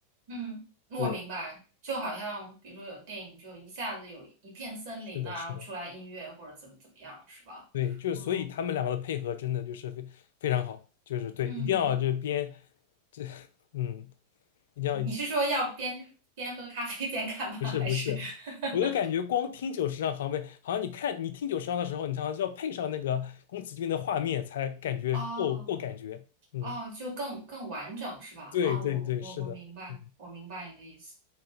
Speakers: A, on the right; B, on the left.
A: 嗯，我明白，
B: 对，
A: 就好像比如说有电影，就一下子有一片森林呐、
B: 是的，是的，
A: 然后出来音乐或者怎么怎么样，是吧？
B: 对，就是所以他们两个的配合真的就是非非常好，
A: 嗯
B: 就是对，
A: 嗯，
B: 一定要这边这 <laughs> 嗯，一定要
A: 你是说要边边喝咖啡边看吗？
B: 不是不是，
A: 还是 <laughs>
B: 我就感觉光听久石让行为，好像你看你听久石让的时候，你常常就要配上那个宫崎骏的画面才感觉够够感觉，
A: 哦
B: 嗯。
A: 哦，就更更完整是吧？
B: 对对对，
A: 啊、我我我明白，
B: 是的，嗯
A: 我明白你的意思。